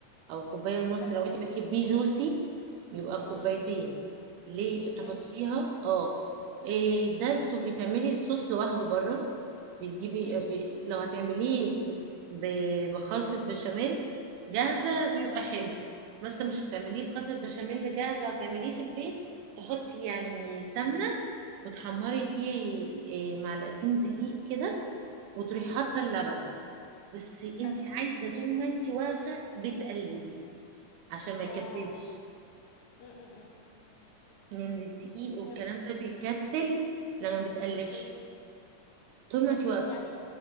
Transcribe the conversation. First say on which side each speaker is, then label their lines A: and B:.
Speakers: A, on the right; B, on the left.
A: او كوبايه ونص
B: حلو
A: لو انت بتحبيه جوسي يبقى
B: امم
A: كوبايتين ليه تحطيها
B: ماشي
A: اه إيه ده بتبقي تعملي الصوص لوحده بره بتجيبي
B: ماشي
A: ب... لو هتعمليه ب... بخلطه بشاميل جاهزه
B: اه
A: بيبقى حلو مثلا مش هتعمليه بخلطه بشاميل جاهزه هتعمليه في البيت تحطي يعني سمنه وتحمري
B: امم
A: فيه إيه، معلقتين دقيق كده وتروحي حاطه
B: امم
A: اللبن بس انت
B: حلو
A: عايزه طول ما انت واقفه بتقلبي عشان ما
B: اه
A: يكتلش
B: امم امم امم.
A: لان الدقيق
B: فهمتك
A: والكلام ده بيكتل لما بتقلبش
B: اوكي
A: طول ما
B: بصي
A: انت واقفه
B: يعني